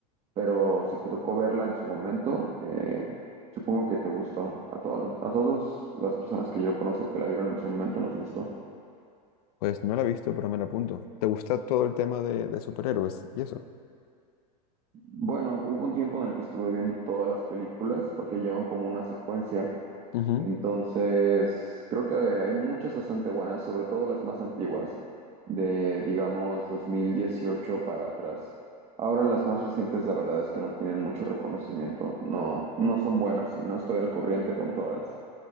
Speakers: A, on the right; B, on the left.
A: pero si te tocó verla en su momento, eh, supongo que te gustó. A todos los- a todas las personas que yo conozco que la vieron en su momento nos gustó.
B: Pues no la he visto, pero me la apunto. ¿Te gusta todo el tema de, de superhéroes y eso?
A: Bueno, hubo un tiempo en el que estuve viendo todas las películas porque llevan como una secuencia.
B: Ujú,
A: Entonces, creo que hay muchas bastante buenas, sobre todo las más antiguas, de digamos 2018 para atrás. Ahora las más recientes, la verdad es que no tienen mucho reconocimiento. No, no son buenas y no estoy al corriente con todas.